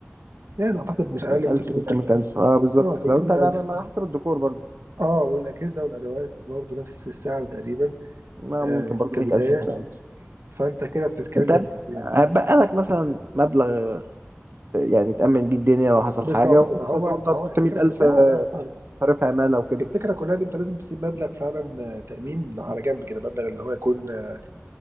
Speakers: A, on the right; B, on the right.
A: يعني اعتقد مش اقل
B: يعني
A: من
B: 1000
A: 300000
B: 300000 اه بالظبط
A: اه 300000
B: لو انت هتعمل ما حسب الديكور برضه
A: اه والاجهزه والادوات برضه نفس السعر تقريبا
B: ما
A: آه
B: ممكن برضه
A: كبدايه
B: 100000 200000
A: فانت كده بتتكلم
B: انت هت-
A: في
B: هتبقى لك مثلا مبلغ يعني تامن بيه الدنيا لو حصل
A: بالظبط
B: حاجه وفي
A: ما
B: نفس
A: هو
B: الوقت برضه
A: ما
B: هتحط
A: هو الفكره
B: 100000
A: كلها اه فعلا
B: صرف عماله وكده
A: الفكره كلها اللي انت لازم تسيب مبلغ فعلا آه، تامين على جنب كده مبلغ اللي هو يكون آه،